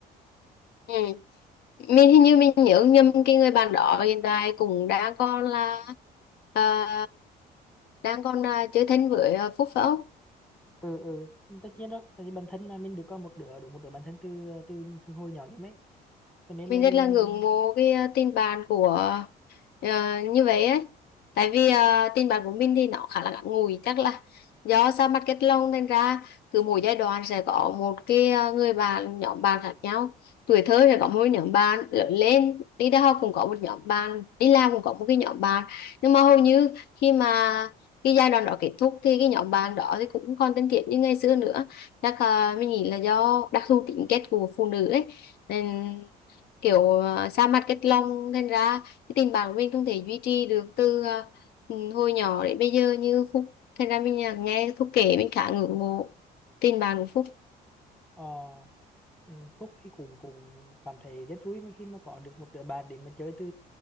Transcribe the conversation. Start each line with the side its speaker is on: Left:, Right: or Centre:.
Left: ừ mình hình như mình nhớ nhầm cái người bạn đó hiện tại cũng đang còn là ờ, đang còn ờ, chơi thân với ờ, Phúc phải không
Centre: ừ ừ tất nhiên đó tại vì bản thân mà mình được có một đứa đúng một đứa bản thân từ từ từ hồi nhỏ chứ mấy cho nên
Left: mình
Centre: là mình
Left: rất là ngưỡng mộ cái ờ, tình bạn của ờ, như vậy ấy tại vì ờ, tình bạn của mình thì nó khá là ngắn ngủi chắc là do ra mặt kết long nên ra cứ mỗi giai đoạn sẽ có một cái ờ, người bạn nhóm bạn khác nhau tuổi thơ sẽ có một nhóm bạn lớn lên đi đại học cũng có một nhóm bạn đi làm cũng có một cái nhóm bạn nhưng mà hầu như khi mà cái giai đoạn đó kết thúc thì cái nhóm bạn đó thì cũng không còn thân thiết như ngày xưa nữa chắc ờ, mình nghĩ là do đặc thù tính cách của phụ nữ ấy nên kiểu ờ, xa mặt cách lòng thành ra cái tình bạn của mình không thể duy trì được từ ờ, ừ, hồi nhỏ đến bây giờ như Phúc thành ra mình ờ, nghe Phúc kể mình khá ngưỡng mộ tình bạn của Phúc
Centre: ờ, ừ, Phúc thì cũng cũng cảm thấy rất vui mà khi mà có được một đứa bạn để mà chơi từ